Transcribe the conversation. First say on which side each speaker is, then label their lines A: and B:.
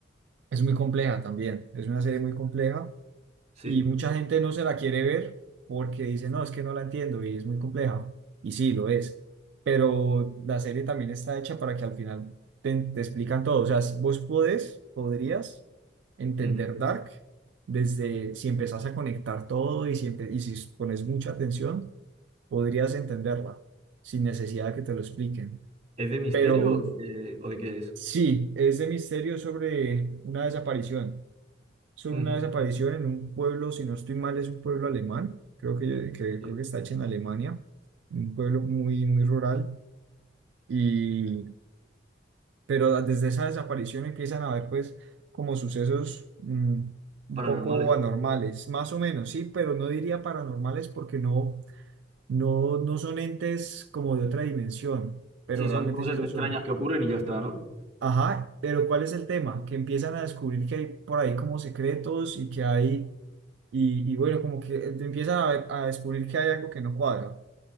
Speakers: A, on the right (about 65°); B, on the right (about 35°).
A: es muy compleja también, es una serie muy compleja
B: Sí.
A: y mucha gente no se la quiere ver porque dice, no, es que no la entiendo y es muy compleja. Y sí, lo es. Pero la serie también está hecha para que al final te, te explican todo. O sea, si vos podés, podrías entender
B: Ujú.
A: Dark desde si empezás a conectar todo y si, empe- y si pones mucha atención, podrías entenderla sin necesidad de que te lo expliquen.
B: ¿Es de misterio
A: Pero
B: o de qué, o de qué es?
A: sí, es de misterio sobre una desaparición sobre
B: Ujú.
A: una desaparición en un pueblo, si no estoy mal, es un pueblo alemán, creo que, que-
B: Sí.
A: creo que está hecho en Alemania, un pueblo muy, muy rural, y, pero desde esa desaparición empiezan a haber pues como sucesos mm, un
B: Paranormales.
A: poco anormales, más o menos, sí, pero no diría paranormales porque no, no, no son entes como de otra dimensión, pero
B: Sí,
A: realmente
B: son cosas
A: sí lo
B: extrañas
A: son.
B: que ocurren y ya está, ¿no?
A: Ajá, pero ¿cuál es el tema? Que empiezan a descubrir que hay por ahí como secretos y que hay Y, y bueno, como que te empiezan a, ver- a descubrir que hay algo que no cuadra.